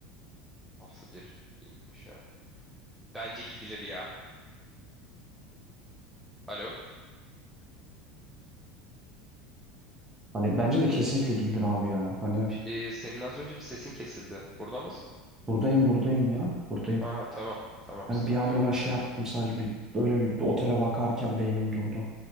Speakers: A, in the centre; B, on the right.
A: Nasıl bir linkmiş ya. Bence gidilir ya. Alo.
B: Hani bence de kesinlikle gidilir abi ya. Hani
A: Bir- e, senin az önce bir sesin kesildi. Burada mısın?
B: buradayım buradayım ya. Buradayım.
A: Ha tamam. Tamam
B: Hani
A: sıkıntı
B: bir yandan
A: yok.
B: ha şey yaptım sadece bir böyle bir otele bakarken beynim durdu.